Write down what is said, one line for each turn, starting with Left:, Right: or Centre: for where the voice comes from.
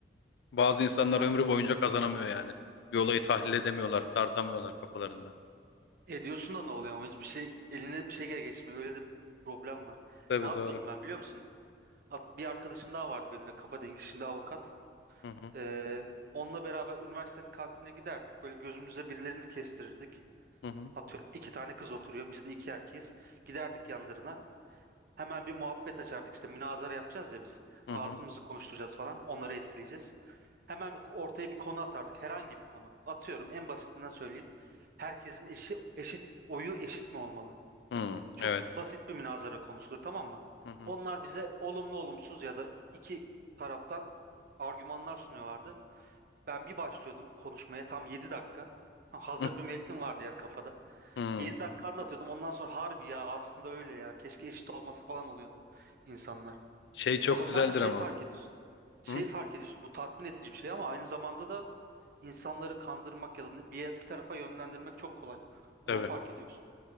Left: Bazı insanlar
Right: İnan
Left: ömrü boyunca kazanamıyor yani. Bir olayı tahlil edemiyorlar, tartamıyorlar kafalarında.
Right: ediyorsun da ne oluyor ama hiçbir şey eline bir şey gel geçmiyor. Öyle de bir problem var.
Left: Tabii
Right: Ne yapıyordum
Left: doğru.
Right: ben biliyor musun? At- Bir arkadaşım daha vardı benim de kafa dengi şimdi avukat.
Left: Hı hı
Right: Ee, onunla beraber üniversitenin kantinine giderdik. Böyle gözümüze birilerini kestirirdik.
Left: hı hı
Right: Atıyorum iki tane kız oturuyor. Biz de iki erkeğiz. Giderdik yanlarına. Hemen bir muhabbet açardık işte münazara yapacağız ya biz.
Left: hı
Right: Ağzımızı
Left: hı.
Right: konuşturacağız falan. Onları etkileyeceğiz. Hemen ortaya bir konu atardık. Herhangi bir konu. Atıyorum en basitinden söyleyeyim. Herkesin eşi eşit oyu eşit mi olmalı?
Left: Hı,
Right: Çok
Left: Evet.
Right: basit bir münazara konusudur tamam mı?
Left: Hı hı.
Right: Onlar bize olumlu olumsuz ya da iki taraftan argümanlar sunuyorlardı. Ben bir başlıyordum konuşmaya tam 7 dakika. Ha, Hazır
Left: Hı
Right: bir metnim vardı yani kafada.
Left: hı.
Right: 7 dakika anlatıyordum. Ondan sonra harbi ya aslında öyle ya. Keşke eşit olması falan oluyordu insanlar.
Left: Şey çok
Right: O zaman
Left: güzeldir
Right: da şey
Left: ama.
Right: fark ediyorsun. Şey
Left: Hı?
Right: fark ediyorsun. Bu tatmin edici bir şey ama aynı zamanda da insanları kandırmak ya da bir, yer- bir tarafa yönlendirmek çok kolay. Onu
Left: Tabii.
Right: fark ediyorsun.